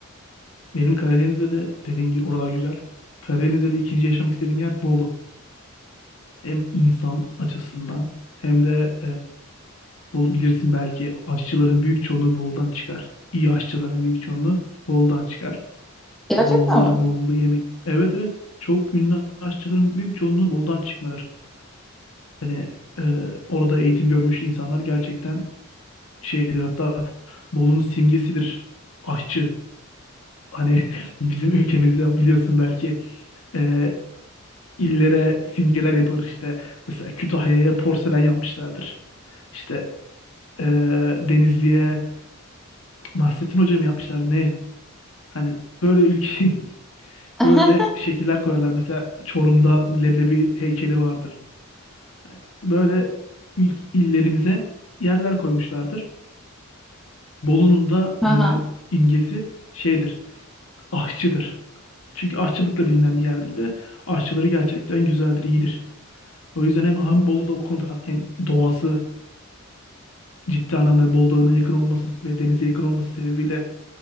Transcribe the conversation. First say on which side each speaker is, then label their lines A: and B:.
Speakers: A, on the left; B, in the centre.
A: Benim Karadeniz'de de dediğin gibi oralar güzel. Karadeniz'de de ikinci yaşamak istediğim yer Bolu. Hem insan açısından hem de Bol, bilirsin belki aşçıların büyük çoğunluğu Bolu'dan çıkar. İyi aşçıların büyük çoğunluğu Bolu'dan çıkar.
B: Gerçekten
A: E, doğal olarak
B: mi?
A: Bolu'nda yemek... Evet evet çok ünlü aşçıların büyük çoğunluğu Bolu'dan çıkmadır. Hani e, orada eğitim görmüş insanlar gerçekten şeydir hatta Bolu'nun simgesidir aşçı. Hani <laughs> bizim ülkemizde biliyorsun belki e, illere simgeler yapılır işte. Mesela Kütahya'ya porselen yapmışlardır. İşte e, Denizli'ye Nasrettin Hoca mı yapmışlar ne? Hani böyle ülke <laughs>
B: <laughs>
A: böyle şekiller koyarlar. Mesela Çorum'da leblebi heykeli vardır. Hani Böyle ilk illerimize yerler koymuşlardır. Bolu'nun da
B: Aha.
A: e, imgesi şeydir, aşçıdır. Çünkü aşçılıkla bilinen bir yerdir ve aşçıları gerçekten güzeldir, iyidir. O yüzden hem, hem Bolu'da o konuda hem doğası ciddi anlamda Bolu Dağı'na yakın olması ve denize yakın olması sebebiyle